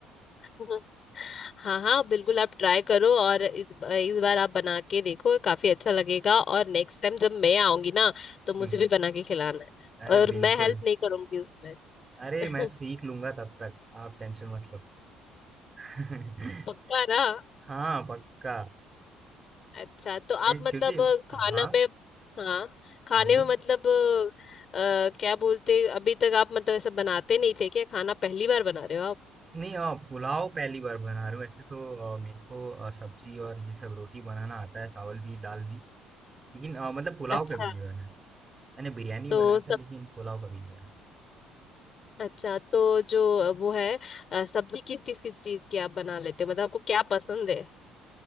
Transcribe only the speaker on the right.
हुँ,
अरे
बिल्कुल।
अरे
मैं सीख लूँगा तब तक, आप टेंशन मत लो। <laughs>
हाँ, पक्का।
ए,
क्योंकि
हाँ,
बोलिए।
नहीं अ, पुलाव पहली बार बना रहा हूँ ऐसे तो अ, मेरे को अ, सब्जी और ये सब रोटी बनाना आता है चावल भी दाल भी लेकिन अ, मतलब पुलाव
कभी नहीं बना है। मैंने बिरयानी
बनाया
था लेकिन पुलाव कभी नहीं बना